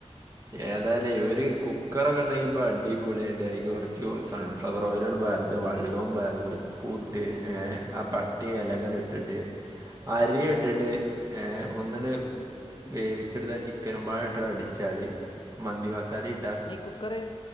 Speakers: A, on the right (about 30°); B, on the left (about 45°).
A: ഏതായാലും ഓര് കുക്കറൊക്കെ ഇണ്ടെങ്കി ഇപ്പൊ അടിപൊളി ആയി അയ്ക്ക് കൊറച് സൺ ഫ്ലവറോയിൽ അങ്ങട് പാർന്ന് വള്ളോം പാർന്ന് ഉപ്പൂട്ട്
B: ഉം.
A: ഏ ആ പ ട്ടിയ ഇലക്കങ്ങട്ട് ഇട്ടിട്ട് അരിയും ഇട്ടിട്ട് ഏ ഒന്നട്ട് വേവിച്ചെടുത്താ ചിക്കനും പാടെട്ട അടിച്ചാല് മന്തി മസാല ഇ
B: ഈ കുക്കറ്